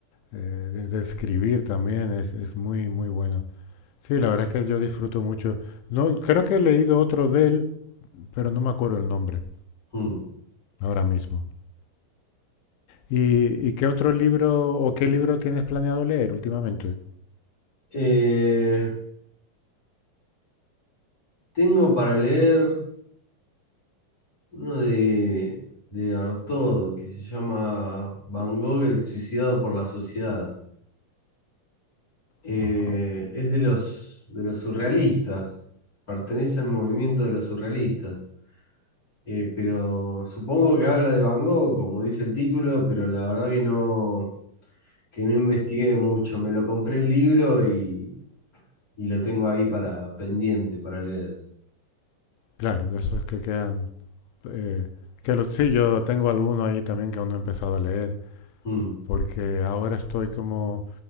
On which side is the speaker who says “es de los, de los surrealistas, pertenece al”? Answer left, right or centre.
Left